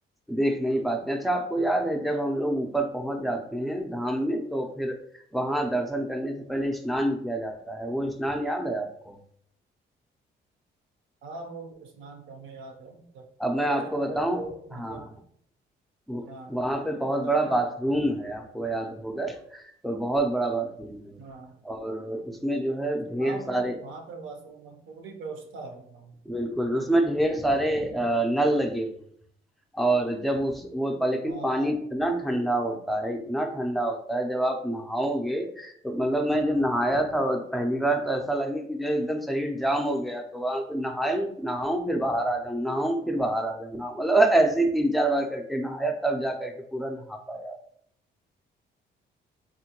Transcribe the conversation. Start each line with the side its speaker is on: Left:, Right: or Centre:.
Centre: देख नहीं पाते हैं। अच्छा आपको
Right: हम्म,
Centre: याद है जब हम लोग ऊपर पहुंच जाते हैं धाम में तो फिर वहां दर्शन करने से पहले स्नान किया जाता है वो स्नान याद है आपको
Right: हाँ वो स्नान तो हमें याद है मतलब
Centre: अब मैं आपको
Right: खैर हम
Centre: बताऊं
Right: लोग तो मतलब
Centre: हाँ वो-
Right: हाँ
Centre: वहाँ पे बहुत
Right: बताइए
Centre: बड़ा बाथरूम है आपको याद होगा तो बहुत बड़ा बाथरूम है
Right: हाँ
Centre: और उसमें जो है ढेर
Right: हाँ वो
Centre: सारे
Right: वहाँ पे वाशरूम में पूरी व्यवस्था है हाँ
Centre: बिल्कुल उसमें ढेर सारे अ, नल लगे हुए हैं और जब उस वो पा- लेकिन
Right: हाँ
Centre: पानी इतना ठंडा होता है इतना ठंडा होता है जब आप नहाओगे तो मतलब मैं जब नहाया था और पहली बार तो ऐसा लगे कि जो है एकदम शरीर जाम हो गया तो वहां से नहाऊं नहाऊं फिर बाहर आ जाऊं नहाऊं
Right: हाँ।
Centre: फिर बाहर आ जाऊं नहाऊं मतलब ऐसे ही तीन चार बार करके नहाया तब जा करके पूरा नहा पाया